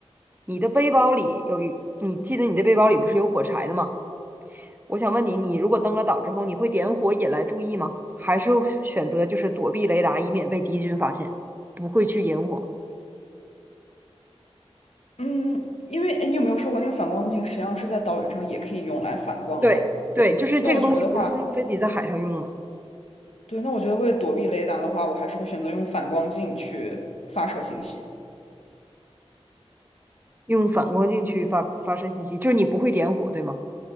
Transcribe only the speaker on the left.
嗯，因为哎，你有没有说过那个反光镜实际上是在岛屿上也可以用来反光的？
那我觉得话，
对，那我觉得为了躲避雷达的话，我还是会选择用反光镜去发射信息。